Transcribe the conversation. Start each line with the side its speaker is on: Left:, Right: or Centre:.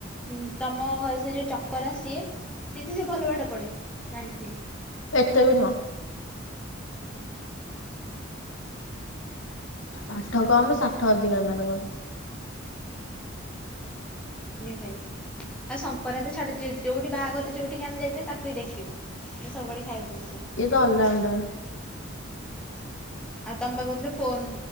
Centre: ଉଁ ତମ ଘରେ ସେ ଯୋଉ ଚକରା ସିଏ ସେଠି ସେ ଭଲ ପାଠ ପଢେ ଜାଣିଥିଲି।
Left: ଏତେ ବି ନୁହଁ। ପାଠ କମ ସାଠ ଅଧିକ ଏମାନଙ୍କର।
Centre: ନେ ଭାଇ ଆଉ ଶଙ୍କରାତ ଛାଡ ଯେ ଯୋଉଠି ବାହାଘର ଯୋଉଠିକି ଆମେ ଯାଇଥିବୁ ତାକୁ ଇ ଦେଖିବୁ। ସେ ସବୁଆଡେ ଖାଇଆକୁ ଯାଇଥିବ।
Left: All rounder.
Centre: ଆଉ ତମେ ପାକହୁଥିଲ ଫୋନ୍,